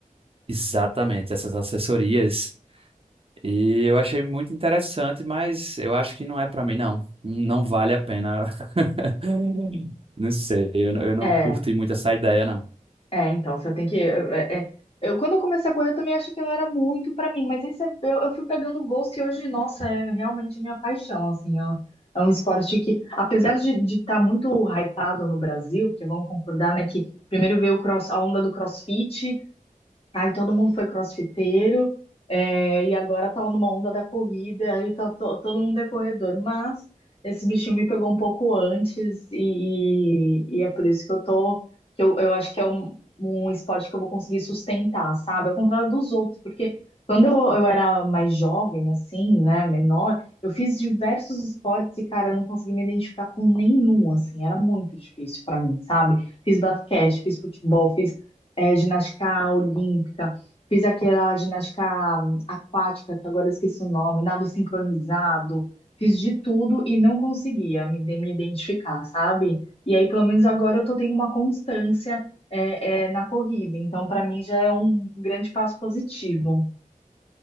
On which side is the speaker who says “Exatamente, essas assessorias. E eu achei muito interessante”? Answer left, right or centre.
Right